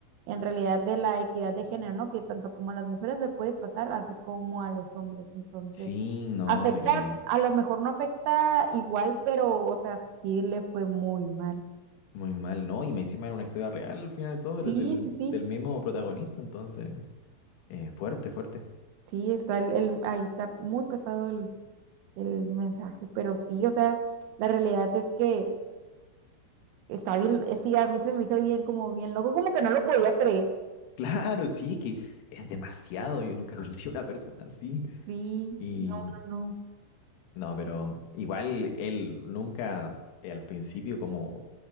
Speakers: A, on the right; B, on the left.
A: en realidad de la equidad de género, ¿no? Que tanto como a las mujeres le puede pasar, así como a los hombres. Entonces,
B: Sí, no,
A: afecta,
B: y
A: a lo mejor no afecta igual, pero, o sea, sí le fue muy mal.
B: muy mal, ¿no? Y más encima era una historia real al final de todo, era
A: Sí,
B: del,
A: sí, sí,
B: del mismo protagonista, entonces, eh, fuerte, fuerte.
A: sí, está el, el- ahí está muy pesado el, el mensaje, pero sí, o sea, la realidad es que está bien, eh, sí, a mí se me hizo bien, como bien loco, como que no lo podía creer.
B: Claro, sí, es que es demasiado, yo nunca <laughs> conocí a una persona así.
A: Sí,
B: Y
A: no, no, no.
B: no, pero igual él nunca eh, al principio como